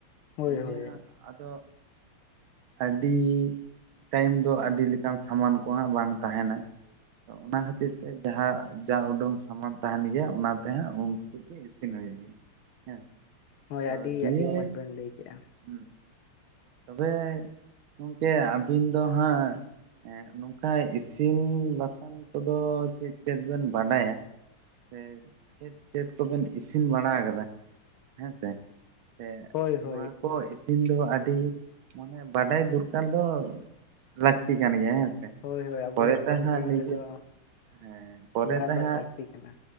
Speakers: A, on the left; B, on the right.
A: ᱦᱳᱭ
B: ᱫᱤᱭᱮ
A: ᱦᱳᱭ
B: ᱦᱟᱸᱜ, ᱟᱫᱚ ᱟᱹᱰᱤ ᱴᱟᱭᱤᱢ ᱫᱚ ᱟᱹᱰᱤ ᱞᱮᱠᱟᱱ ᱥᱟᱢᱟᱱ ᱠᱚᱦᱟᱸᱜ ᱵᱟᱝ ᱛᱟᱦᱮᱱᱟ᱾ ᱛᱚ ᱚᱱᱟ ᱠᱷᱟᱹᱛᱤᱨ ᱛᱮ ᱡᱟᱦᱟᱸ ᱡᱟ ᱩᱰᱩᱜ ᱥᱟᱢᱟᱱ ᱠᱚ ᱛᱟᱦᱮᱱ ᱜᱮᱭᱟ᱾ ᱚᱱᱟ ᱛᱮ ᱦᱟᱸᱜ ᱩᱱᱠᱩ ᱤᱛᱷᱱᱟᱹᱭ ᱜᱮᱭᱟ ᱦᱮᱸ ᱥᱮ᱾
A: ᱦᱳᱭ,
B: ᱛᱚ
A: ᱟᱹᱰᱤ
B: ᱫᱤᱭᱮ
A: ᱟᱹᱰᱤ ᱢᱚᱸᱡᱽ ᱵᱮᱱ ᱞᱟᱹᱭ ᱠᱮᱜᱼᱟ᱾
B: ᱦᱩᱸ᱾ ᱛᱚᱵᱮ ᱜᱚᱢᱠᱮ, ᱟᱹᱵᱤᱱ ᱫᱚ ᱦᱟᱸᱜ ᱦᱮᱸ, ᱱᱚᱝᱠᱟ ᱤᱥᱤᱱ ᱵᱟᱥᱟᱝ ᱠᱚᱫᱚ ᱪᱮᱫ ᱪᱮᱫ ᱵᱮᱱ ᱵᱟᱰᱟᱭᱟ? ᱥᱮ ᱪᱮᱫ ᱪᱮᱫ ᱠᱚᱵᱮᱱ ᱤᱥᱤᱱ ᱵᱟᱲᱟ ᱠᱟᱫᱟ? ᱦᱮᱸ ᱥᱮ᱾ ᱥᱮ
A: ᱦᱳᱭ
B: ᱱᱚᱣᱟ
A: ᱦᱳᱭ
B: ᱠᱚ ᱤᱥᱤᱱ ᱫᱚ ᱟᱹᱰᱤ ᱢᱟᱱᱮ ᱵᱟᱰᱟᱭ ᱫᱚᱨᱠᱟᱨ ᱫᱚ ᱞᱟᱹᱠᱛᱤ ᱠᱟᱱ ᱜᱮᱭᱟ, ᱦᱮᱸ ᱥᱮ᱾
A: ᱦᱳᱭ ᱦᱳᱭ ᱟᱵᱚᱣᱟᱜ
B: ᱯᱚᱨᱮ
A: ᱮᱠᱷᱚᱱ
B: ᱛᱮ ᱦᱟᱸᱜ
A: ᱡᱤᱭᱚᱱ
B: ᱱᱤᱡᱮ
A: ᱨᱮᱫᱚ
B: ᱦᱮᱸ ᱯᱚᱨᱮ
A: ᱱᱚᱣᱟ
B: ᱛᱮ
A: ᱫᱚ
B: ᱦᱟᱸᱜ᱾
A: ᱞᱟᱹᱠᱛᱤ ᱠᱟᱱᱟ